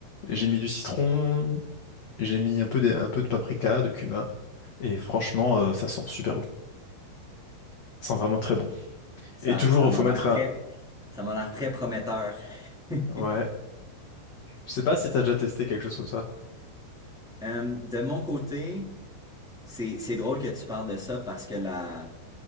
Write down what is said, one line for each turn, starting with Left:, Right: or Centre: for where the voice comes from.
Left: Et J'ai mis du citron, j'ai mis un peu de, un peu de paprika, de cumin, et franchement, euh, ça sent super bon. Ça sent vraiment très bon.
Centre: Ça,
Left: Et toujours,
Centre: ça
Left: il
Centre: m'a
Left: faut
Centre: l'air
Left: mettre
Centre: très,
Left: un.
Centre: ça m'a l'air très prometteur. <laughs>
Left: Ouais. Je sais pas si t'as déjà testé quelque chose comme ça.
Centre: Euh, de mon côté, c'est, c'est drôle que tu parles de ça parce que la,